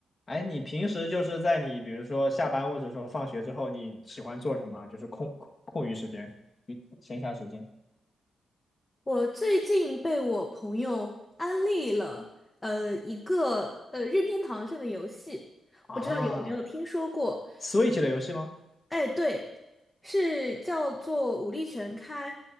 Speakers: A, on the left; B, on the left.
A: 哎，你平时就是在你比如说下班或者说放学之后，你喜欢做什么？就是空空空余时间、余闲暇时间
B: 我最近被我朋友安利了，呃，一个呃任天堂上的游戏，
A: 啊
B: 不知道有没有听说过？
A: ？Switch 的游戏吗？
B: 哎，对，是叫做武力全开，